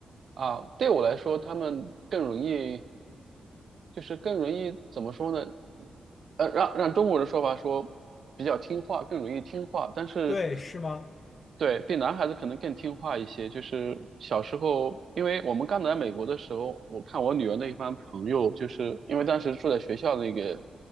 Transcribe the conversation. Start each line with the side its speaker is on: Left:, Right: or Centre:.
Right: 啊，对我来说，她们更容易，就是更容易怎么说呢？呃，让让中国人说法说比较听话，更容易听话，但是
Left: 对，是吗？
Right: 对比男孩子可能更听话一些。就是小时候，因为我们刚来美国的时候，我看我女儿那一帮朋友，就是因为当时住在学校那个